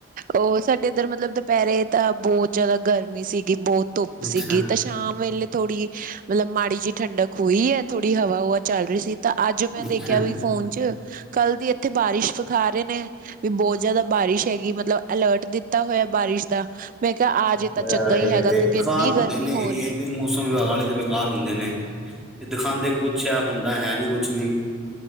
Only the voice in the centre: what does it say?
ਅੱਛਾ
ਅੱਛਾ
<unintelligible>
ਏ
ਤੇ
ਬੇਕਾਰ
ਹੁੰਦੇ
ਨੇ,
ਏ
ਤੇ ਮੌਸਮ ਵਿਭਾਗ ਵਾਲੇ ਦੇ ਵ ਬੇਕਾਰ ਹੁੰਦੇ ਨੇ, ਏ ਦਿਖਾਂਦੇ ਕੁਛ ਆ ਹੁੰਦਾ ਹੈ ਨੀ ਕੁਛ ਵੀ।